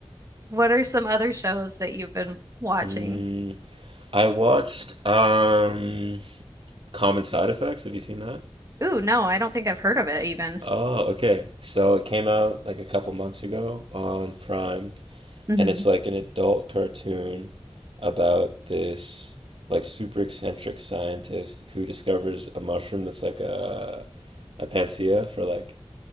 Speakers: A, on the right; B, on the right.
A: What are some other shows that you've been watching?
B: Mm. I watched um Common Side Effects. Have you seen that?
A: Ooh, no, I don't think I've heard of it even.
B: Oh, okay. So it came out like a couple months ago on Prime,
A: hmm
B: and it's like an adult cartoon about this like super eccentric scientist who discovers a mushroom that's like a a panacea for like